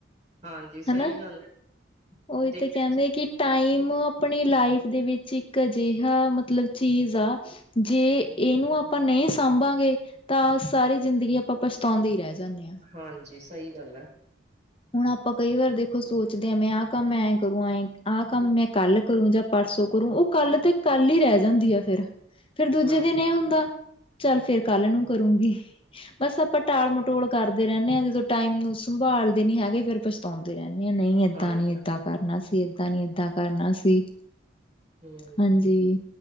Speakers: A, on the right (about 40°); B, on the left (about 30°).
A: ਹਾਂਜੀ ਸਹੀ
B: ਹਨਾ
A: ਗੱਲ ਹੈ
B: ਉਹ ਇਥ
A: ਦੇਖਿਆ
B: ਕਹਿੰਦੇ ਕਿ। ਟਾਈਮ ਆਪਣੀ ਲਾਈਫ ਦੇ ਵਿੱਚ ਇੱਕ ਅਜਿਹਾ ਮਤਲਬ ਚੀਜ਼ ਆ ਜੇ। ਇਹਨੂੰ ਆਪਾਂ ਨਹੀਂ ਸਾਂਭਾਂਗੇ, ਤਾਂ ਸਾਰੀ ਜ਼ਿੰਦਗੀ ਆਪਾਂ ਪਛਤਾਉਂਦੇ ਰਹਿ ਜਾਂਦੇ ਹਾਂ।
A: ਹਾਂਜੀ ਸਹੀ ਗੱਲ ਹੈ।
B: ਹੁਣ ਆਪਾਂ ਕਈ ਵਾਰ ਦੇਖੋ ਸੋਚਦੇ ਹਾਂ, ਮੈਂ ਆਹ ਕੰਮ ਐਂ ਕਰੂੰ ਐਂ ਆਹ ਕੰਮ ਮੈਂ ਕੱਲ ਕਰੂੰ ਜਾਂ। ਪਰਸੋਂ ਕਰੂ ਉਹ ਕੱਲ ਤੇ ਕੱਲ ਹੀ ਰਹਿ ਜਾਂਦੀ ਆ ਫੇਰ ਫੇਰ ਦੂਜੇ
A: ਹਾਂਜੀ,
B: ਦਿਨ ਇਹ ਹੁੰਦਾ। ਚੱਲ ਫੇਰ, ਕੱਲ ਨੂੰ ਕਰੂਗੀ। ਬਸ ਆਪਾਂ ਟਾਲ ਮਟੋਲ ਕਰਦੇ ਰਹਿੰਦੇ ਹਾਂ ਜਦੋਂ ਟਾਈਮ ਨੂੰ ਸੰਭਾਲ। ਨੀ ਹੈਗੇ, ਫੇਰ ਪਛਤਾਉਦੇ ਰਹਿੰਦੇ ਆ, ਨਹੀਂ ਇੱਦਾਂ
A: ਹਾਂਜੀ
B: ਨੀ ਇੱਦਾਂ। ਕਰਨਾ ਸੀ, ਏਦਾਂ ਨੀ ਏਦਾਂ ਕਰਨਾ ਸੀ,
A: ਹੂੰ।
B: ਹਾਂਜੀ।